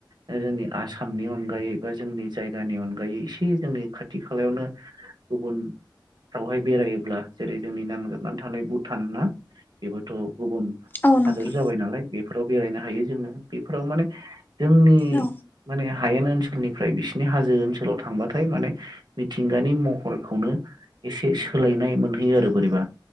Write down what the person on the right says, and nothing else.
ओ जोंनि आसामनि अनगायै बा जोंनि जायगानि अनगायै एसे जोंनि खाथि खालायावनो गुबुन फ्रावहाय बेरायोब्ला जेरै जोंनि नांजाबनानै थानाय भुटान ना बेबोथ' गुबुन
हादोर जाबाय नालाय बेफोराव बेरायनो हायो जोङो बेफोराव माने जोंनि
माने हायेन ओनसोलनिफ्राय बिसिनि हाजो ओनसोलाव थांबाथाय माने मिथिंगानि महरखौनो एसे सोलायनाय मोनहैयो आरो बोरैबा